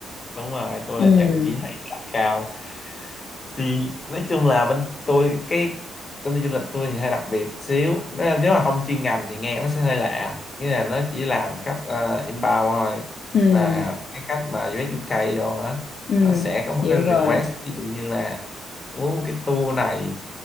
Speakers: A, on the left; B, on the left.
A: đúng rồi tôi
B: Ừ,
A: là nhận chỉ thị account thì nói chung là bên tôi cái công ty du lịch tôi thì hơi đặc biệt xíu Nó- nếu mà không chuyên ngành thì nghe nó sẽ hơi lạ nghĩa là nó chỉ làm cách ờ, inbound thôi
B: ừ,
A: là cái cách mà US UK đâu á
B: ừ,
A: họ sẽ có một
B: hiểu
A: cái
B: rồi.
A: request ví dụ như là muốn một cái tour này